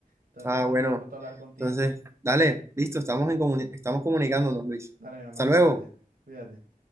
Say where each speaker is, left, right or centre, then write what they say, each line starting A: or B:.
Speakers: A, on the right; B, on the right.
A: Entonces,
B: Ah,
A: bueno,
B: bueno.
A: fue un gusto hablar contigo.
B: Entonces, dale, listo, estamos en comuni- estamos comunicándonos, Luis.
A: Dale, mi hermano,
B: Hasta luego.
A: cuídate, cuídate.